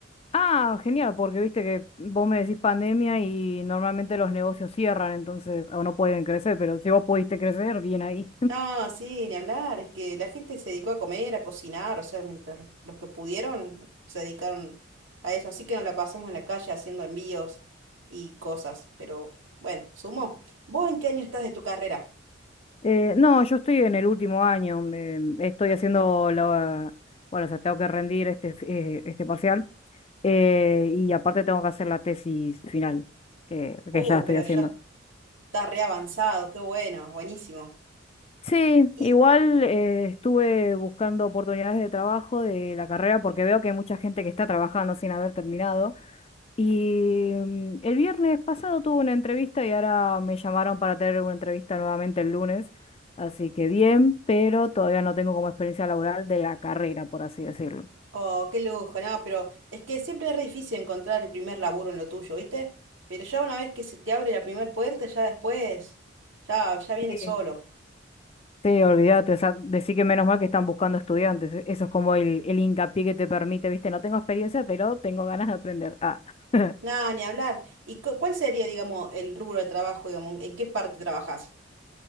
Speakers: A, on the left; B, on the right.
A: Ah, genial, porque viste que vos me decís pandemia y normalmente los negocios cierran, entonces o no pueden crecer, pero si vos pudiste crecer, bien ahí.
B: No, sí, ni hablar, es que la gente se dedicó a comer, a cocinar, o sea, mientras los, los que pudieron se dedicaron a eso. Así que nos la pasamos en la calle haciendo envíos y cosas, pero bueno, sumó. ¿Vos en qué año estás de tu carrera?
A: Eh, no, yo estoy en el último año, me- estoy haciendo la... Bueno, o sea, tengo que rendir este, f- eh, este parcial eh, y aparte tengo que hacer la tesis final, eh,
B: Oh,
A: que ya estoy
B: pero
A: haciendo.
B: ya está re avanzado, qué bueno, buenísimo.
A: Sí,
B: Y
A: igual eh, estuve buscando oportunidades de trabajo de la carrera porque veo que hay mucha gente que está trabajando sin haber terminado. Y mm, el viernes pasado tuve una entrevista y ahora me llamaron para tener una entrevista nuevamente el lunes. Así que bien, pero todavía no tengo como experiencia laboral de la carrera, por así decirlo.
B: Oh, qué lujo, no, pero es que siempre es re difícil encontrar el primer laburo en lo tuyo, ¿viste? Pero ya una vez que se te abre la primer puerta, ya después, ya, ya viene
A: Bien.
B: solo.
A: Sí, olvídate, o sea, decir que menos mal que están buscando estudiantes. e- Eso es como el, el hincapié que te permite, viste, no tengo experiencia, pero tengo ganas de aprender. Ah. <laughs>
B: Nada, ni hablar. ¿Y cu- cuál sería, digamos, el rubro de trabajo, digamos, en qué parte trabajas?